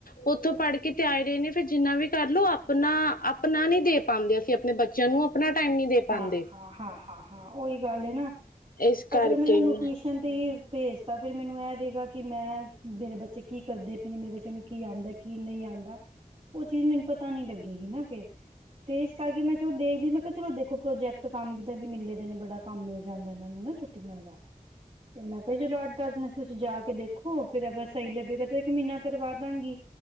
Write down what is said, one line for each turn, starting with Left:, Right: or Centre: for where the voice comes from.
Left: ਉੱਥੋਂ ਪੜ੍ਹ ਕੇ ਤੇ ਆਏ ਰਹੇ ਨੇ ਫੇਿਰ ਜਿੰਨਾ ਵੀ ਕਰਲ ਆਪਣਾ ਆਪਣਾ ਨੀ ਦੇ ਪਾਉਂਦੇ ਅਸੀਂ ਆਪਣੇ ਬੱਚਿਆਂ ਨੂੰ ਆਪਣਾ ਟਾਈਮ ਨੀ ਦੇ
Right: ਹਾਂ
Left: ਪਾਉਂਦੇ
Right: ਹਾਂ ਹਾਂ ਹਾਂ ਹਾਂ ਉਹੀ ਗੱਲ ਹੈ ਨਾ
Left: ਇਸ
Right: ਅਗਰ
Left: ਕਰਕੇ
Right: ਮੈਂ ਇਹਨਾਂ ਨੂੰ,
Left: ਨਾ
Right: ਟਿਊਸ਼ਨ ਤੇ ਭੇਜ ਤ ਫੇਰ ਮੈਨੂੰ ਇਹ ਰਹੇਗਾ ਕਿ ਮੈਂ, ਮੇਰੇ ਬੱਚੇ ਕੀ ਕਰਦੇ ਪਏ ਨੇ, ਮੇਰੇ ਬੱਚੇ ਨੂੰ ਕੀ ਆੰਦੈ ਕੀ ਨਹੀਂ ਆੰਦੈ, ਉਹ ਚੀਜ਼ ਮੈਨੂੰ ਪਤਾ ਨੀ ਲੱਗੇਗੀ ਨਾ ਫੇਰ, ਤੇ ਇਸ ਕਰਕੇ ਮੈਂ ਚਲ ਦੇਖਦੀ, ਮੈਂ ਕ ਚਲੋ ਦੇਖੋ ਪ੍ਰੋਜੈਕਟ ਕੰਮ ਦਾ ਵੀ ਮਿਲੇ ਦੇ ਨੇ, ਬੜਾ ਕੰਮ ਮਿਲ ਜਾਂਦਾ ਇਹਨਾਂ ਨੂੰ ਨਾ ਛੁੱਟੀਆਂ ਦਾ, ਤੇ ਮੈਂ ਕਿਹਾ ਚਲੋ ਅੱਠ- ਦੱਸ ਦਿਨ ਤੁਸੀਂ ਜਾ ਕੇ ਦੇਖੋ ਫਰ ਅਗਰ ਸਹੀ ਲੱਗੇਗਾ, ਤੇ ਇੱਕ ਮਹੀਨਾ ਕਰਵਾ ਦਾਂਗੀ,